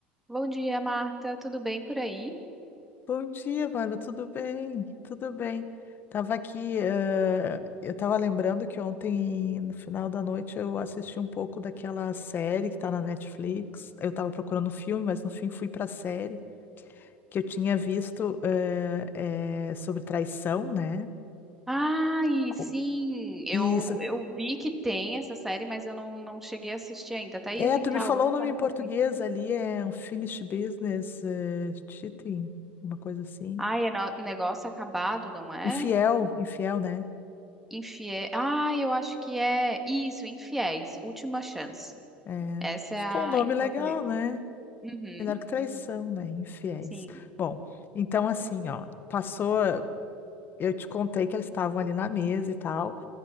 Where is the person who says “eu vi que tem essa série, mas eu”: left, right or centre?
Centre